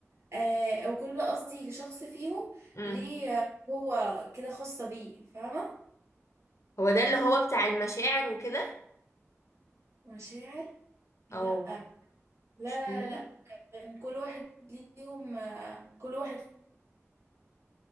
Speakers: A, on the right; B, on the left.
A: آه او كل قصدي شخص فيهم
B: امم
A: ليه هو كده خاصه بيه فاهمه
B: هو ده اللي هو بتاع المشاعر وكده
A: مشاعر لا
B: او
A: لا لا
B: مش هو
A: لا لا. كان كل واحد ليهم آه، كل واحد